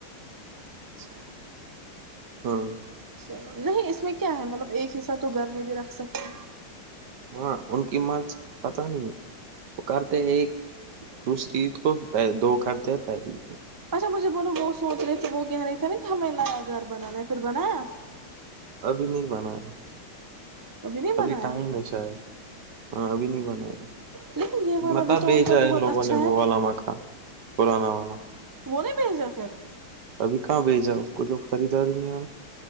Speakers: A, on the right; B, on the right.
A: اچھا
B: ہاں
A: چلو نہیں اس میں کیا ہے مطلب ایک ہیسہ تو گھر میں بھی رکھ سکتے
B: ہاں ان کی مرض پتا نہیں ہو وہ کرتے ایک دوسری عید کو دو کرتے پہلی عید کو
A: اچھا مجھے بولو وہ سوچ رہے تھے وہ کہہ رہے تھے نا کہ ہمیں نیا گھر بنانا ہے پھر بنایا
B: ابھی نہیں بنایا
A: نہیں بنایا
B: ابھی ٹائم ہے شاید ہاں ابھی نہیں بنا ہے
A: لیکن یہ والا
B: مت
A: بھی تو
B: بھیجا
A: کا بہت
B: ان لوگوں
A: اچھا
B: نے وہ
A: ہے
B: واللامہ کہا پرانا والا
A: وہ نے بھیجا پھر
B: ابھی کہاں بھیجا اس کو جو خریدا رہی ہیں آپ